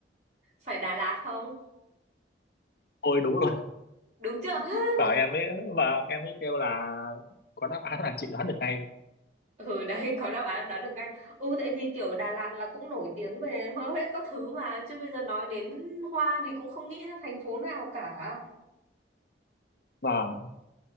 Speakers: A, on the right (about 40°); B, on the left (about 55°).
A: phải Đà Lạt không?
B: ôi đúng luôn
A: Đúng chưa? <laughs>
B: <laughs> bảo em ấy vâng em ấy kêu là có đáp án là chị đoán được ngay
A: ừ đấy <laughs> có đáp án đoán được ngay ừ tại vì kiểu Đà Lạt là cũng nổi tiếng về hoa huế các thứ mà chứ bây giờ nói đến hoa thì cũng không nghĩ ra thành phố nào cả
B: vâng